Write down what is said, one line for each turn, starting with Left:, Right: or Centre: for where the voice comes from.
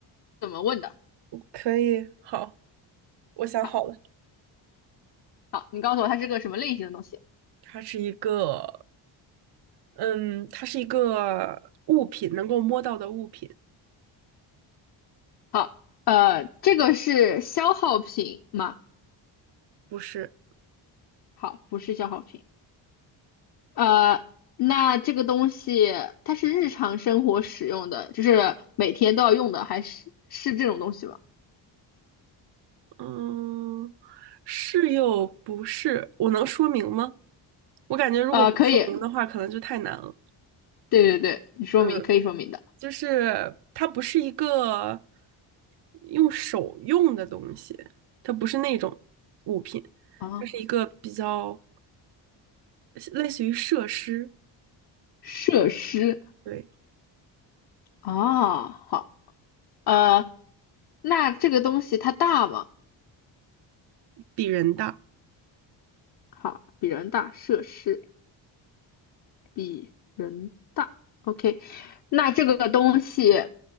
Left: 怎么问的。
Right: 可以，好，我想好了。
Left: 好，好，你告诉我它是个什么类型的东西。
Right: 它是一个，嗯，它是一个物品，能够摸到的物品，
Left: 好，呃，这个是消耗品吗？
Right: 不是，
Left: 好，不是消耗品。呃，那这个东西它是日常生活使用的，就是每天都要用的，还是是这种东西吗？
Right: 嗯，是又不是。我能说明吗？我感觉如果不说明的话，
Left: 呃，可以，
Right: 可能就太难了。
Left: 对对对，你说明可以说明的
Right: 嗯。就是它不是一个用手用的东西，它不是那种物品，
Left: 啊，
Right: 它是一个比较类似于设施，
Left: 设施
Right: 对，
Left: 啊，好。呃，那这个东西它大吗？
Right: 比人大，
Left: 好，比人大，设施比人大。OK，那这个东西